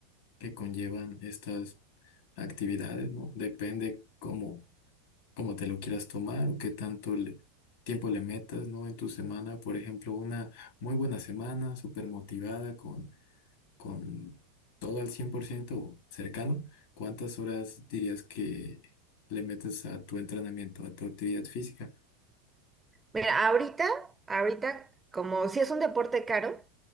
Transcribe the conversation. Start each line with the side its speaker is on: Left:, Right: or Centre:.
Left: que conllevan estas actividades, ¿no? Depende cómo, cómo te lo quieras tomar o qué tanto le- tiempo le metas, ¿no? En tu semana, por ejemplo, una muy buena semana, súper motivada con todo al 100% o cercano, ¿cuántas horas dirías que le metes a tu entrenamiento, a tu actividad física?
Right: mira, ahorita, ahorita, como si es un deporte caro,